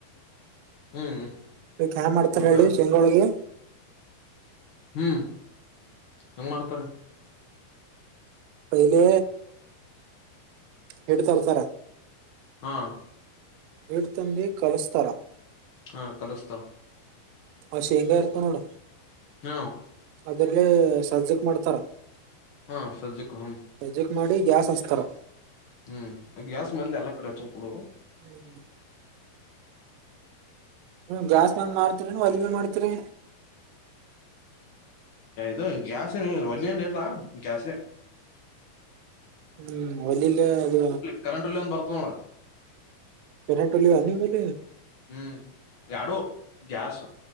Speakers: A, on the left; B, on the right.
A: ಹ್ಮ್
B: ಬ ಏನ್ ಮಾಡ್ತಾರ
A: ಫುಲ್
B: ಹೇಳಿ
A: ಫೇಮಸ್
B: ಶಂಗಗಳೋಳಗೆ
A: ಹ್ಮ್ ಹೆಂಗ ಮಾಡ್ತಾರ
B: ಪೆಹೆಲಿ ಹಿಂಡ್ ತರ್ತಾರ
A: ಹಾ
B: ಹಿಟ್ಟು ತಂಬಿ ಕಲಿಸುತ್ತಾರೆ
A: ಹಾ ಕಲಸ್ತಾರೆ
B: ಹ ಶೇಂಗ ಇರತನೋಡ
A: ಹ
B: ಅದ್ರಲೆ ಸಜ್ಜಕ್ ಮಾಡ್ತಾರ
A: ಹಾ ಸಜ್ಜಕ್ ಹ್ಮ್
B: ಸಜಕ್ ಮಾಡಿ ಗ್ಯಾಸ್ ಹಚ್ಚುತ್ತಾರೆ
A: ಹ್ಮ್ ಗ್ಯಾಸ್ ಮೇದಲೆ ಎಲ್ಲಾ ಕಡೆ ಹಚ್ಚಕಳ
B: ಹ್ಮ್ ಹ್ಮ ಗ್ಯಾಸ್ ಬಂದ್ ಮಾಡ್ತರಿ ಅಲಿ ಬ ಮಾಡ್ತರಿ
A: ದು ಗ್ಯಾಸ್ ನೀ ಒಳ್ಳಿಯನ ಇಲ್ಲಾ ಗ್ಯಾಾಸ
B: ಹ್ಮ್ ಒಲಲ್ಲ ಅದು
A: ಕರೆಂಟ್ ಒಲಿ ಒಂದ್ ಬರ್ತದ ನೋಡ
B: ಕರೆಂಟ್ ಒಲಿ ಏನ್ ನಿಮ್ ಬಲ್ಲಿ
A: ಹ್ಮ್ ಯಡೋ ಗ್ಯಾಸ್